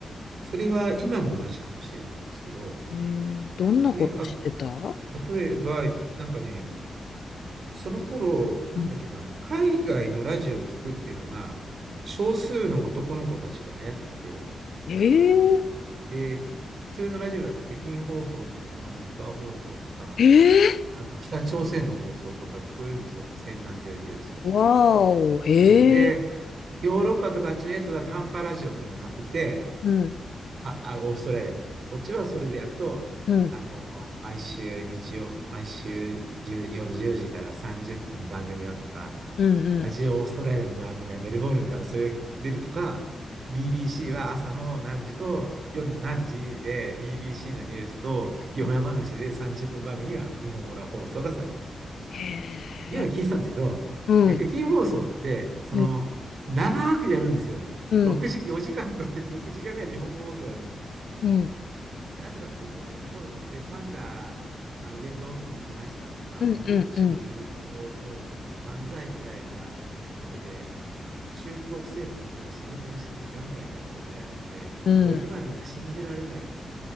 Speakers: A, on the right; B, on the left.
A: それは今も同じかもしれないですけど、
B: えー、どんなことしてた
A: で、あ例えば、なんかね、その頃、なんだっけな、
B: うん
A: 海外のラジオを聞くっていうのが、少数の男の子たちで流行ってて、
B: えー、
A: で、普通のラジオだと北京放送とか、モスクワ放送とか、
B: え
A: あと北朝鮮の放送とか聞こえるんですよ。千何十ヒルツとかそれで。
B: ー、わーお、えー、
A: うんで、ヨーロッパとかあっちのやつは短波ラジオっていうのを買ってきて、
B: うん、
A: は、あ、オーストラリアとか。そっちはそれでやると、
B: うん、
A: あの、毎週日曜、毎週1夜10時から30分番組やるとか、
B: うん、
A: ラジオオーストラリアの番組はメルボルンからそれが出るとか、BBC は朝の何時と夜の何時で BBC のニュースとよや話で30分番組が日本語の放送がされる。
B: うん。え
A: いうのを聞いてたんですけど、
B: ー、うん、
A: で、北京放送って、その、
B: うん、
A: 長くやるんですよ。
B: うん、
A: 6時、4時間とか6時間ぐらい日本語放送やるんです。
B: うん、
A: なぜかっていうと、その頃ってパンダ、あの上野動物園来ましたとか、
B: うん、
A: もう日中友好、
B: うん、うん、うん、
A: もう万歳みたいなことで、中国政府ももうその方針でガンガンやってた時代なので、
B: うん、
A: もう今なんか信じられない。